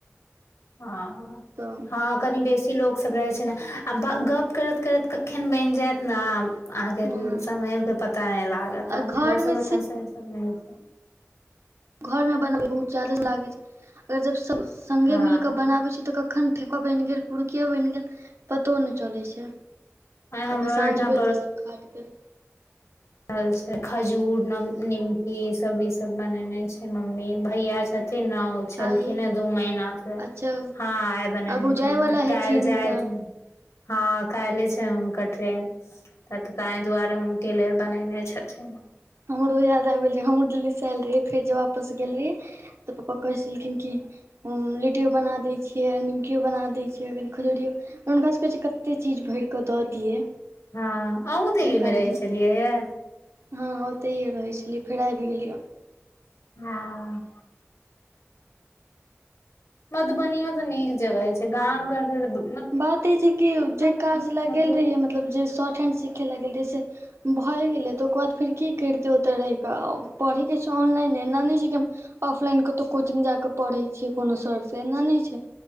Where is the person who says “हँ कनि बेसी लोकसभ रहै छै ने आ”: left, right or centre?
Left